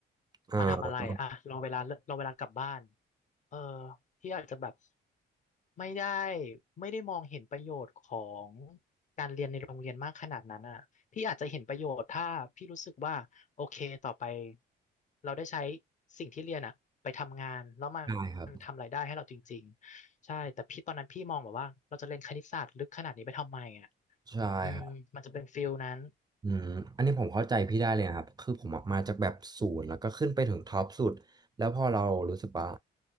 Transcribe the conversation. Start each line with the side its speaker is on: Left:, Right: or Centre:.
Right: อ่า
Left: มาทำอะไรอ่ะรอเวลาเรอเวลากลับบ้านเออพี่อาจจะแบบไม่ได้ไม่ได้มองเห็นประโยชน์ของการเรียนในโรงเรียนมากขนาดนั้นอ่ะพี่อาจจะเห็นประโยชน์ถ้าพี่รู้สึกว่าโอเคต่อไปเราได้ใช้สิ่งที่เรียนอ่ะไปทำงานแล้วมันทำรายได้ให้เราจริงๆใช่แต่พี่ตอนนั้นพี่มองแบบว่าเราจะเรียนคณิตศาสตร์ลึกขนาดนี้ไปทำไมอ่ะ
Right: ใช่ครับใช่ครับ
Left: อืมมันจะเป็นฟิลนั้น
Right: อืมอันนี้ผมเข้าใจพี่ได้เลยนะครับ คือผมอะมาจากแบบศูนย์แล้วก็ขึ้นไปถึงท็อปสุดแล้วพอเรารู้สึกว่า